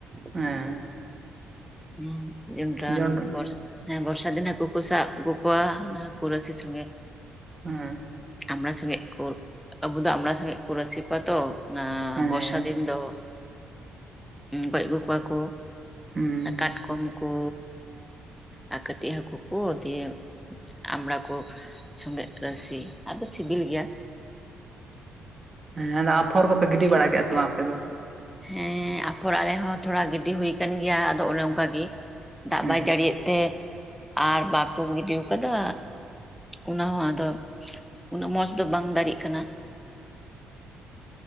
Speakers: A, on the right; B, in the centre.
A: ᱦᱮᱸ
B: ᱦᱩᱸ ᱡᱚᱸᱰᱨᱟ
A: ᱡᱚᱱᱰᱨᱟ
B: ᱵᱚᱨᱥ <unintelligible> ᱦᱮᱸ ᱵᱚᱨᱥᱟ ᱫᱤᱱ ᱦᱟᱹᱠᱩ ᱠᱚ ᱥᱟᱵ ᱟᱹᱜᱩ ᱠᱚᱣᱟ, ᱚᱱᱟ ᱦᱟᱹᱠᱩ ᱨᱟᱥᱮ ᱥᱚᱸᱜᱮ᱾
A: ᱦᱮᱸ ᱾
B: ᱟᱢᱲᱟ ᱥᱚᱸᱜᱮ ᱠᱚ ᱟᱵᱚ ᱫᱚ ᱟᱢᱲᱟ ᱥᱚᱸᱜᱮ ᱠᱚ ᱨᱟᱥᱮ ᱠᱚᱣᱟ ᱛᱚ, ᱚᱱᱟ
A: ᱦᱮᱸ
B: ᱵᱚᱨᱥᱟ ᱫᱤᱱ ᱫᱚ ᱜᱚᱡ ᱟᱹᱜᱩ ᱠᱚᱣᱟ ᱠᱚ
A: ᱦᱩᱸ
B: ᱠᱟᱴᱠᱚᱢ ᱠᱚ, ᱟᱨ ᱠᱟᱹᱴᱤᱡ ᱦᱟᱹᱠᱩ ᱠᱚ ᱫᱤᱭᱮ ᱟᱢᱲᱟ ᱠᱚ ᱥᱚᱸᱜᱮᱜ ᱨᱟᱥᱮ, ᱟᱫᱚ ᱥᱤᱵᱤᱞ ᱜᱮᱭᱟ ᱾
A: ᱦᱮᱸ ᱟᱯᱷᱚᱨ ᱠᱚᱯᱮ ᱜᱤᱰᱤ
B: ᱡᱚᱱᱰᱨᱟ
A: ᱵᱟᱲᱟ ᱠᱮᱜᱼᱟ
B: ᱫᱟᱠᱟ
A: ᱥᱮ ᱵᱟᱝ ᱟᱯᱮ ᱫᱚ?
B: ᱦᱮᱸ ᱟᱯᱷᱚᱨ ᱟᱞᱮ ᱦᱚᱸ ᱛᱷᱚᱲᱟ ᱜᱤᱰᱤ ᱦᱩᱭ ᱟᱠᱟᱱ ᱜᱮᱭᱟ ᱟᱫᱚ ᱚᱱᱮ ᱚᱱᱠᱟ ᱜᱤ ᱾ ᱫᱟᱜ
A: ᱦᱩᱸ
B: ᱵᱟᱭ ᱡᱟᱹᱲᱤᱭᱟᱜ ᱛᱮ ᱟᱨ ᱵᱟᱠᱚ ᱜᱤᱰᱤ ᱟᱠᱟᱫᱟ ᱚᱱᱟ ᱦᱚ ᱟᱫᱚ ᱩᱱᱟᱹᱜ ᱢᱚᱸᱡᱽ ᱫᱚ ᱵᱟᱝ ᱫᱟᱨᱮᱜ ᱠᱟᱱᱟ ᱾